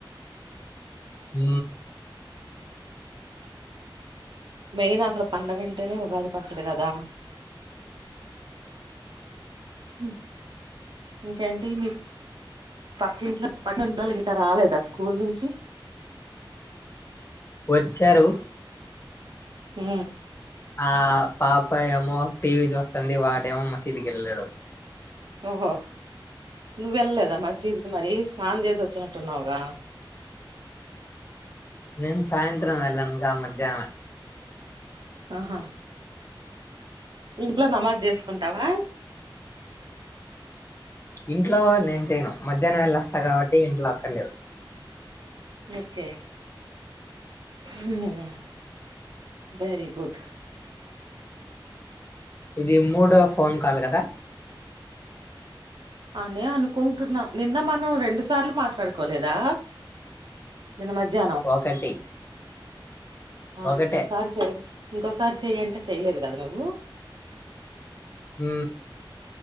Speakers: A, on the left (about 30°); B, on the right (about 60°).
A: ఊ
B: మెయిన్ అసలు పండగంటేనే ఉగాది పచ్చడి కదా ఊ ఇంకేంటి మీ పక్కింట్లో <inaudible> ఇంకా రాలేదా స్కూల్ నుంచి
A: వచ్చారు
B: ఊ
A: ఆ పాప యమ్ మో టీ వీ చూస్తంది వాడేమో మసీదుకెళ్ళాడు
B: ఓహో నువ్వెల్లలేదా మసీద్ కి మరి స్నానం చేసి వచ్చినట్టున్నావుగా
A: నేను సాయంత్రం వెళ్ళనుగా మజ్జానమే
B: ఆహా ఇంట్లో నమాజ్ చేసుకుంటావా
A: ఇంట్లో నేను చెయ్యను మధ్యాహ్నం వెళ్ళ వస్తా కాబట్టి ఇంట్లో అక్కర్లేదు
B: ఓకే మ్ వెరి గుడ్
A: ఇది మూడో ఫోన్ కాలి కదా
B: అనే అనుకుంటున్నాం నిన్న మనం రెండు సార్లు మాట్లాడుకోలేదా నిన్న మధ్యాహ్నం
A: ఒకటి ఒకటే
B: ఇంకాసారి చే ఇంకాసారి చెయంటే చెయలేదు కదా నువ్వు
A: హు